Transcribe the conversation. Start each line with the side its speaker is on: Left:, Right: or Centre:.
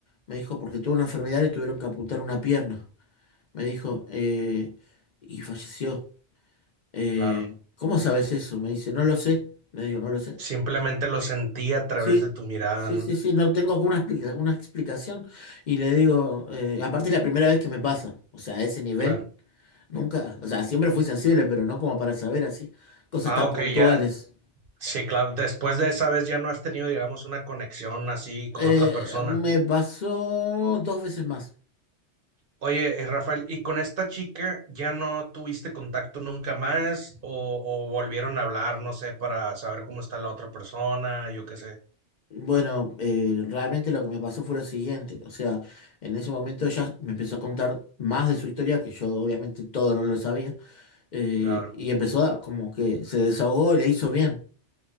Left: me dijo, porque tuvo una enfermedad y tuvieron que amputar una pierna. Me dijo, eh, y falleció. Eh,
Right: claro.
Left: ¿cómo sabes eso? Me dice, no lo sé. Me digo, no lo sé.
Right: Simplemente lo sentí a través
Left: Sí,
Right: de tu mirada,
Left: sí,
Right: ¿no?
Left: sí, sí, no tengo como una, explica- una explicación. Y le digo, eh, aparte es la primera vez que me pasa, o sea, a ese nivel.
Right: Claro.
Left: Nunca, o sea, siempre fui sensible, pero no como para saber así, cosas
Right: Ah,
Left: tan
Right: ok,
Left: puntuales.
Right: ya. Sí, claro. Después de esa vez ya no has tenido, digamos, una conexión así con
Left: Eh,
Right: otra persona.
Left: me pasó dos veces más.
Right: Oye, eh, Rafael, ¿y con esta chica ya no tuviste contacto nunca más o, o volvieron a hablar, no sé, para saber cómo está la otra persona, yo qué sé?
Left: Bueno, eh, realmente lo que me pasó fue lo siguiente, o sea, en ese momento ella me empezó a contar más de su historia, que yo obviamente todo no lo sabía, eh,
Right: Claro,
Left: y empezó a, como que se desahogó y le hizo bien,